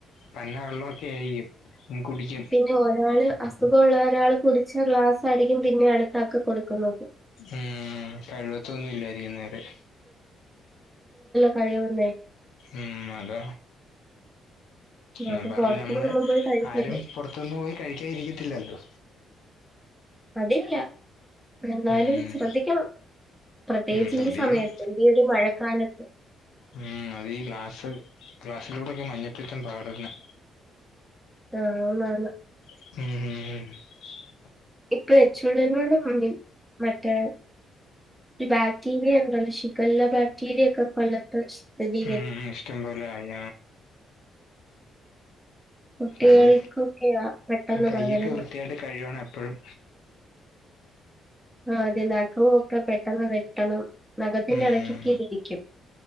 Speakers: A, on the left; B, in the centre.
A: പന്നവെള്ളമൊക്കെ. <unintelligible> കുടിക്കും.
B: പിന്നെ ഒരാള് അസുഖമുള്ള ഒരാൾ കുടിച്ച ഗ്ലാസ് ആയിരിക്കും പിന്നെ അടുത്താക്ക് കൊടുക്കുന്നത്.
A: ഉം കഴിവുത്തൊന്നും ഇല്ലായിരിക്കും നേരെ.
B: കഴിവുന്നെ
A: ഉം അതാ. എന്നുപറഞ്ഞു
B: അപ്പൊ പുറത്തുന്നൊന്നും
A: നമ്മളെ
B: പോയി കഴിക്കില്ല
A: ആരും പുറത്തൊന്നും പോയി കഴിക്കാതിരിക്കത്തില്ലല്ലോ.
B: അതില്ല എന്നാലും
A: ഉം
B: ശ്രദ്ധിക്കണം, പ്രത്യേകിച്ച്
A: ഉം ശ്രദ്ധിക്കണം
B: ഈ സമയത്ത് ഈ ഒരു മഴക്കാലത്ത്.
A: ഉം അത് ഈ ഗ്ലാസ് ഗ്ലാസ്സിലുടെ ഒക്കെ മഞ്ഞപ്പിത്തം പകരുന്നേ.
B: ഓ ആന്നാന്ന്.
A: ഉം ഉം ഉം.
B: ഇപ്പൊ H one N one and മറ്റേ ബാക്ടീരിയ ഉണ്ടല്ലോ ഷിഗെല്ല ബാക്ടീരിയ ഒക്കെ കൊല്ലത്ത് സ്ഥിതി.
A: ഉം ഇഷ്ടപോലെ ആയി.
B: കുട്ടികൾക്കൊക്കെയാ
A: അതെ
B: പെട്ടെന്ന്
A: കൈയൊക്കെ
B: പകരുന്നത്
A: വൃത്തിയായിട്ട് കഴുകണം എപ്പഴും
B: ആ അതെ നഖവും ഒക്കെ പെട്ടെന്ന് വെട്ടണം നഖത്തിന്റെ
A: ഉം
B: എടകൊക്കെതിരിക്കും